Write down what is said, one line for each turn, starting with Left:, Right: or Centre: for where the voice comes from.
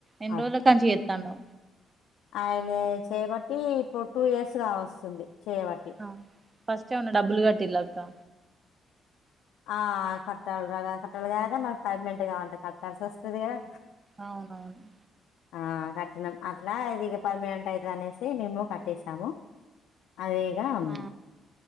Right: ఎన్ని
Left: అట్లా.
Right: రోజుల కాంచి చేతాండో.
Left: ఆయనే చేయబట్టీ ఇప్పుడు టూ ఇయర్స్ గా వస్తుంది చేయబట్టి.
Right: ఆ ఫస్ట్ ఏమన్న డబ్బులు కట్టిన్లా అక్కా.
Left: ఆ కట్టాల్ గదా కట్టాలిగదరా మళ్ళ పెర్మనెంట్ గావాలంటే కట్టాల్సి వస్తది గదా.
Right: అవునవును
Left: ఆ కట్టినం అట్లా ఇదిగా పర్మినెంట్ అయితది అనేశీ మేము కట్టేశాము. అదే ఇగా ఉమ్
Right: ఆ